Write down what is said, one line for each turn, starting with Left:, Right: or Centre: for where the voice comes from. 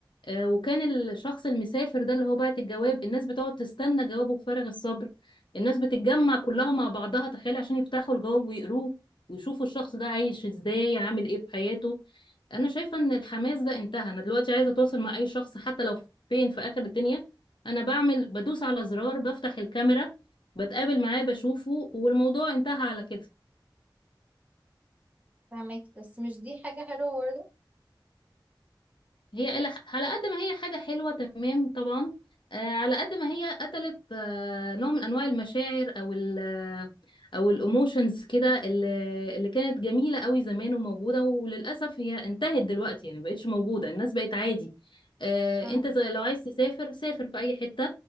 Left: آه، وكان الشخص المسافر ده اللي هو بعت الجواب الناس بتقعد تستنى جوابه بفارغ الصبر الناس بتتجمع كلها مع بعضها تخيل عشان يفتحوا الجواب ويقروه ويشوفوا الشخص ده عايش ازاي عامل ايه في حياته انا شايفة ان الحماس ده انتهى انا دلوقتي عايزة اتواصل مع اي شخص حتى لو فين في اخر الدنيا انا بعمل بدوس على زرار بفتح الكاميرا بتقابل معاه بشوفه والموضوع انتهى على كده
Right: فهماكي بس مش دي حاجة حلوة برضه
Left: هي إلى- على قد ما هي حاجة حلوة تمام طبعا آه على قد ما هي قتلت آه نوع من أنواع المشاعر أو ال أو الإيموشنز كده اللي اللي كانت جميلة قوي زمان وموجودة وللأسف هي انتهت دلوقتي يعني مبقتش موجودة الناس بقت عادي آه
Right: فاهمك.
Left: أنت زي لو عايز تسافر سافر في أي حتة